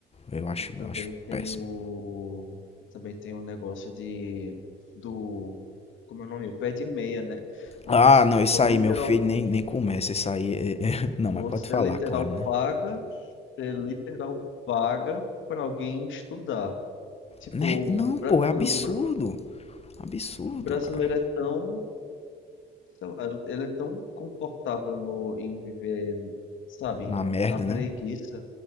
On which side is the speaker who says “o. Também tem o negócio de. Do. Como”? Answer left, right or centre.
Left